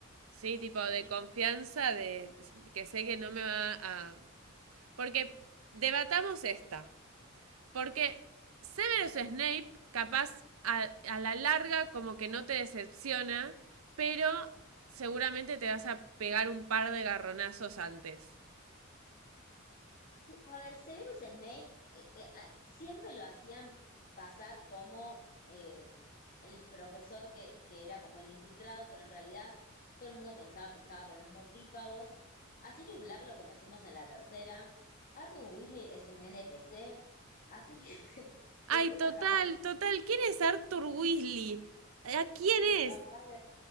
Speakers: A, on the right; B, on the left.
A: Sí,
B: sí.
A: tipo de confianza de que sé que no me va a Porque debatamos esta. Porque Severus Snape, capaz a, a la larga como que no te decepciona, pero seguramente te vas a pegar un par de garronazos antes.
B: Sí, a ver, Severus Snape eh, eh, a- siempre lo hacían pasar como eh, el profesor que, que era como el infiltrado, pero en realidad todo el mundo pensaba que estaba con los mortífagos. A Sirius Black lo conocimos en la tercera. Arthur Weasley es un NPC, así que <laughs> te,
A: Ay,
B: te queda
A: total,
B: Hagrid,
A: total. ¿Quién es Arthur Weasley? ¿A quién
B: el
A: es?
B: papá de